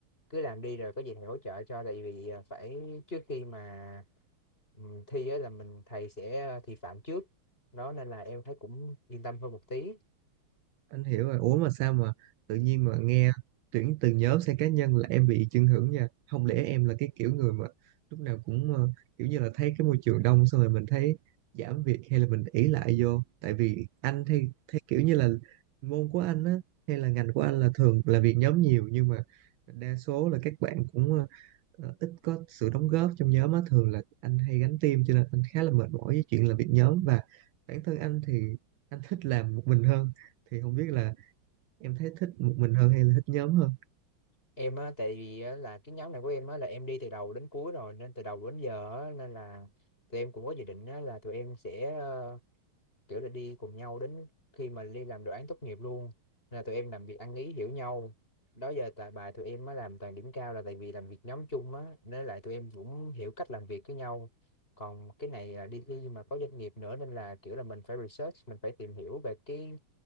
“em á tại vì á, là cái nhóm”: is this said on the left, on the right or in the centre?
Left